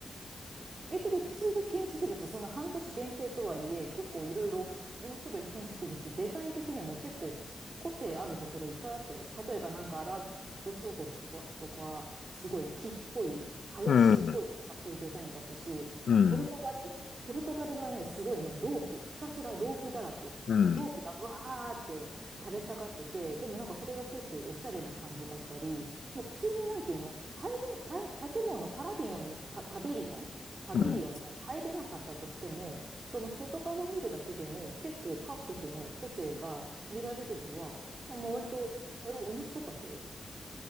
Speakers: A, on the right (about 50°); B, on the left (about 80°).
A: え、でも普通に建築物、その半年限定とはいえ、結構いろいろ面白い建築物、デザイン的にも結構個性あるところいっぱいあったよ。例えばなんかアラブ諸国とか、とかすごい木っぽい、林っぽいとかそういうデザインだったし、
B: うん、うん、
A: ポルトガルポルトガルはね、すごいね、ロープ、ひたすらロープだらけ。
B: うん、
A: ロープがわーって垂れ下がってて、でもなんかそれが結構おしゃれな感じだったり、もう普通になんていうの、入れん、たい建物、パラビオンに、パ、パビリオンパビリオンに入れなかったとしても、
B: うん、
A: その外側見るだけでも結構各国の個性が見られるのは、あまあ、割と、え面白かったよ。